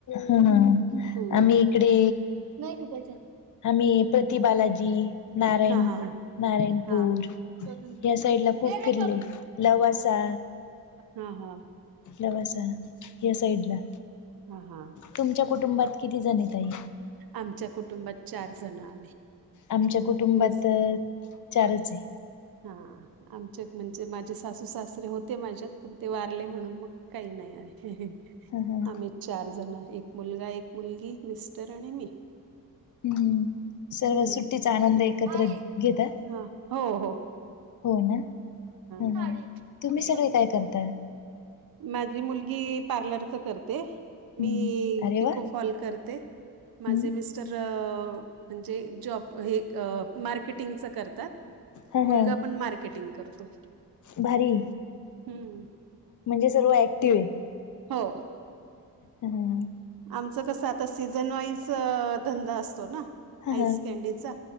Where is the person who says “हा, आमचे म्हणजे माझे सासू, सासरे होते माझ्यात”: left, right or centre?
Right